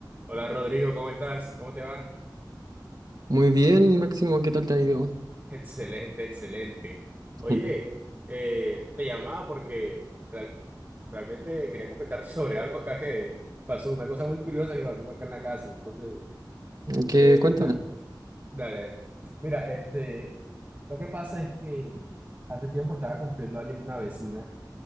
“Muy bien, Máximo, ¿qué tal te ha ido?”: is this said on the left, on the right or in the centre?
Right